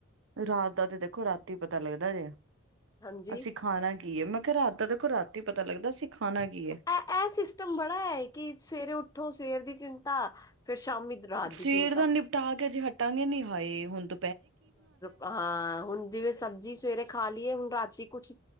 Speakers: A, on the right (about 65°); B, on the left (about 15°).
A: ਰਾਤ ਦਾ ਤੇ ਦੇਖੋ ਰਾਤੀ ਪਤਾ ਲੱਗਦਾ ਜੈ
B: ਹਾਂਜੀ
A: ਅਸੀਂ ਖਾਣਾ ਕੀ ਏ, ਮੈਂ ਕਿਆ ਰਾਤ ਦਾ ਦੇਖੋ ਰਾਤੀ ਪਤਾ ਲੱਗਦਾ ਅਸੀ ਖਾਨਾ ਕੀ ਏ।
B: ਇਹ ਇਹ ਸਿਸਟਮ ਬੜਾ ਹੈ ਕਿ ਸਵੇਰੇ ਉਠੋ ਸਵੇਰ ਦੀ ਚਿੰਤਾ ਫਿਰ ਸ਼ਾਮੀ ਰਾਤ
A: ਸਵੇਰ
B: ਦੀ ਚਿੰਤਾ।
A: ਦਾ ਨਿਪਟਾ ਕੇ ਅਜੇ ਹਟਾਂਗੇ ਨੀ ਹਾਏ ਹੁਨ ਤ
B: ਹਾ ਹੁਨ ਜਿਵੇਂ ਸਬਜ਼ੀ ਸਵੇਰੇ ਖਾ ਲਈ ਏ ਹੁਨ ਰਾਤੀ ਕੁਛ